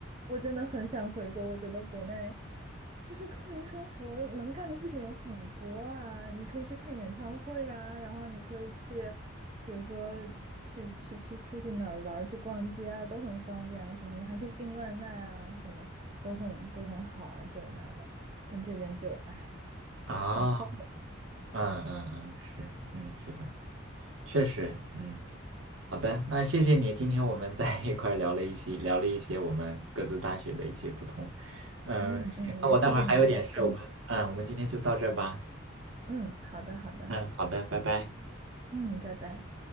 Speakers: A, on the right (about 30°); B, on the right (about 80°).
A: 我真的很想回国。我觉得国内就是课余生活能干的事情有很多啊，你可以去看演唱会啊，然后你可以去，比如说去去去出去哪儿玩儿，去逛街啊，都很方便啊，什么你还可以订外卖啊，什么都很都很好啊，这个那的。但这边就哎呀，
B: 啊，
A: 很荒凉。
B: 嗯嗯嗯，是，嗯是的，确实，嗯，好的，那谢谢你，今天我们 <laughs> 在一块儿聊了一些，聊了一些我们各自大学的一些不同，嗯，
A: 嗯嗯，
B: 行那我待会儿还有点事，
A: 也谢谢你跟我分享。
B: 我们，嗯，我们今天就到这儿吧，
A: 嗯，好的，好的，
B: 嗯，好的，拜拜。
A: 嗯，拜拜。